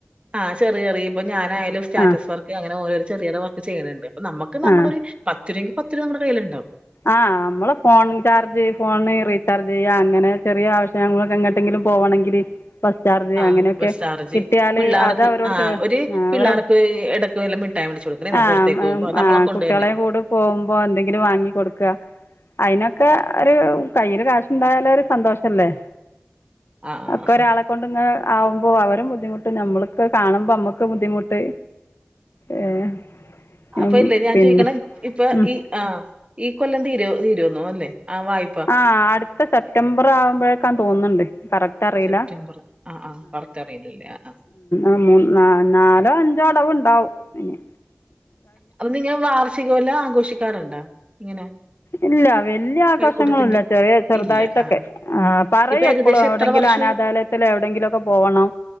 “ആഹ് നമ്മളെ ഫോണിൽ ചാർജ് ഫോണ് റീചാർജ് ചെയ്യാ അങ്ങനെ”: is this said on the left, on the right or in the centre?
Left